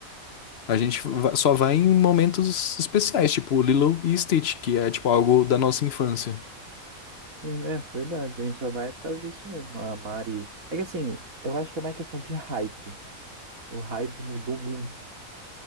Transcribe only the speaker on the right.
E, É verdade, a gente só vai por causa disso mesmo. A Mari. É que assim, eu acho que é mais questão de hype. O hype mudou muito.